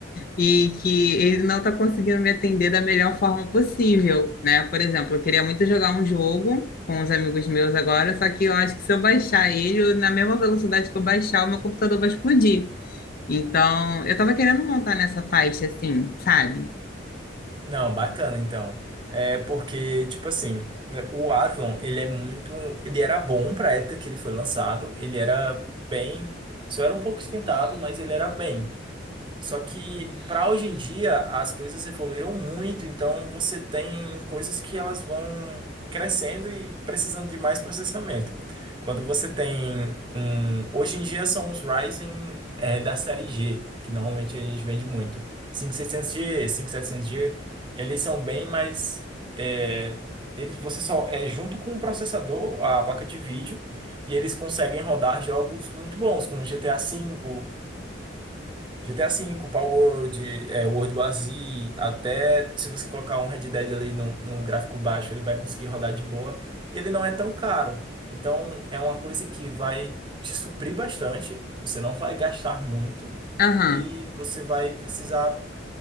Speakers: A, on the left; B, on the right.
A: e que ele não está conseguindo me atender da melhor forma possível, né? Por exemplo, eu queria muito jogar um jogo com os amigos meus agora, só que eu acho que se eu baixar ele, eu- na mesma velocidade que eu baixar, o meu computador vai explodir. Então, eu estava querendo montar nessa faixa, assim, sabe?
B: Não, bacana então. É porque, tipo assim, né, o Athlon, ele é muito. Ele era bom pra época que ele foi lançado. Ele era bem. Só era um pouco esquentado, mas ele era bem. Só que para hoje em dia as coisas evoluíram muito, então você tem coisas que elas vão crescendo e precisando de mais processamento. Quando você tem um, hoje em dia são os Ryzen eh, da série G, que normalmente a gente vende muito. 5600G, 5700G, eles são bem mais eh, eles você só é junto com o processador, a placa de vídeo, e eles conseguem rodar jogos muito bons, como GTA V, GTA V, Power World, é, World War Z, até se você colocar um Red Dead ali no, no gráfico baixo, ele vai conseguir rodar de boa. E ele não é tão caro. Então, é uma coisa que vai te suprir bastante. Você não vai gastar muito.
A: Aham.
B: E você vai precisar